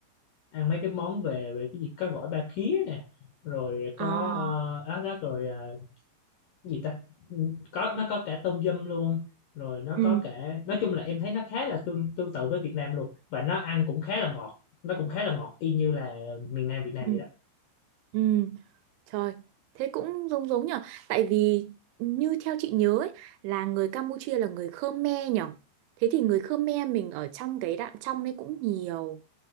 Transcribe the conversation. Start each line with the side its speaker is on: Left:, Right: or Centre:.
Left: ăn mấy cái món về về cái gì có gỏi ba khía nè rồi có
Right: À,
Left: uh, đó, đó rồi ờ, gì ta Ừ, có nó có cả tôm dâm luôn rồi nó
Right: ừ,
Left: có cả nói chung là em thấy nó khá là tương tương tự với Việt Nam luôn và nó ăn cũng khá là ngọt nó cũng khá là ngọt y như là miền Nam Việt Nam
Right: ừ,
Left: vậy đó
Right: ừ. Trời, thế cũng giống giống nhở Tại vì như theo chị nhớ ấy, là người Campuchia là người Khmer nhở Thế thì người Khmer mình ở trong cái đạn trong đấy cũng nhiều